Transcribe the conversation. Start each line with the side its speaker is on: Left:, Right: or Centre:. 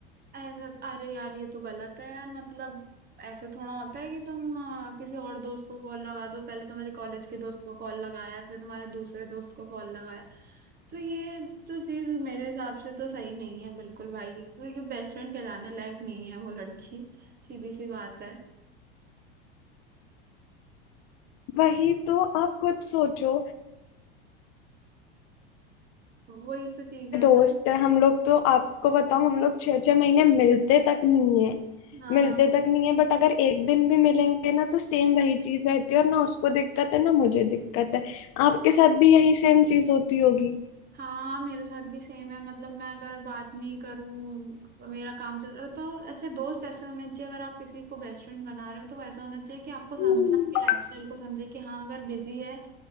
Right: ऐसा तो, अरे यार ये तो गलत है यार मतलब ऐसे थोड़ा होता है कि तुम अ, किसी और दोस्त को कॉल लगा दो पहले तुम्हारे कॉलेज के दोस्त को कॉल लगाया फिर तुम्हारे दूसरे दोस्त को कॉल लगाया तो ये तो चीज मेरे हिसाब से तो सही नहीं है बिल्कुल भाई क्योंकि बेस्ट फ्रेंड कहलाने लायक नहीं है वो लड़की सीधी सी बात है
Left: वही तो आप खुद सोचो
Right: वही तो चीज है
Left: दोस्त
Right: ना
Left: है हम लोग तो आपको बताऊं हम लोग छह छह महीने मिलते तक नहीं है
Right: हाँ
Left: मिलते
Right: हाँ
Left: तक नहीं है बट अगर एक दिन भी मिलेंगे ना तो सेम वही चीज रहती है और ना उसको दिक्कत है ना मुझे दिक्कत है आपके साथ भी यही सेम चीज होती होगी
Right: हाँ मेरे साथ भी सेम है मतलब मैं अगर बात नहीं करूँ मेरा काम चल रहा है, तो ऐसे दोस्त ऐसे होने चाहिए अगर आप किसी को बेस्ट फ्रेंड बना रहे हो तो वो ऐसा होना चाहिए कि आपको समझे
Left: हम्म,
Right: आपके लाइफस्टाइल को समझे कि हाँ अगर बिजी है